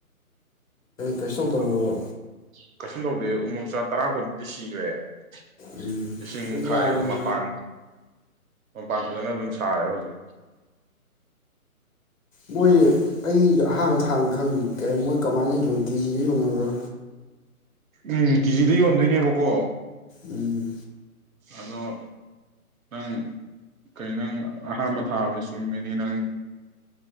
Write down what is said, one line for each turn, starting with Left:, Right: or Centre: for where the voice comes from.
Left: ꯀꯩꯁꯨ ꯇꯧꯗꯕ꯭ꯔꯣ
Right: ꯑꯗꯨ ꯀꯩꯁꯨꯨꯝ ꯇꯧꯗꯦ ꯎꯃꯣꯔꫭꯛ ꯆꯥ ꯇꯔꯥ ꯀꯨꯟꯕꯨꯗꯤ ꯁꯤ <unintelligible>
Left: ꯎꯝ
Right: ꯂꯤꯁꯤꯡꯃꯨꯛ
Left: ꯅꯣꯏ
Right: ꯊꯥꯏ
Left: ꯌꯥꯝꯅ
Right: ꯑꯗꫭ ꯃꯄꯥꯟ ꯃꯄꯥꯟ ꯐꯖꯅ ꯑꯗꯨꯝ ꯁꯥꯔꯦ ꯍꯧꯖꯤꯛ
Left: ꯃꯣꯏꯖꯦ ꯑꯩ ꯑꯍꯥꯟꯕ ꯊꯥꯡ ꯈꯪꯉꯤꯅꯤ ꯀꯩꯅꫭ ꯃꯣꯏ ꯀꯃꯥꯏꯅ ꯌꯣꯟ ꯀꯦ ꯖꯤ ꯗꯦ ꯌꯣꯟꯅꯕ꯭ꯔꯥ
Right: ꯎꯝ ꯀꯦ ꯖꯤ ꯗ ꯌꯣꯟꯗꯣꯏꯅꯦꯕꯀꯣ
Left: ꯎꯝ
Right: ꯑꯗꯣ ꯅꯪ ꯀꯩ ꯅꯪ ꯑꯍꯥꯟꯕ ꯊꯥꯕꯅꯤ ꯆꯨꯝ ꯃꯤꯅꯤ ꯅꯪ